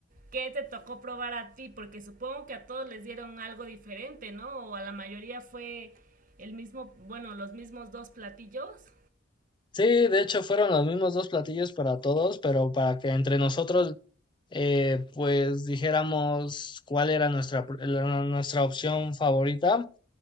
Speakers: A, on the right; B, on the left.
A: ¿qué te tocó probar a ti? Porque supongo que a todos les dieron algo diferente, ¿no? O a la mayoría fue el mismo, bueno, los mismos dos platillos.
B: Sí, de hecho fueron los mismos dos platillos para todos, pero para que entre nosotros eh, pues dijéramos cuál era nuestra, pr- la- nuestra opción favorita.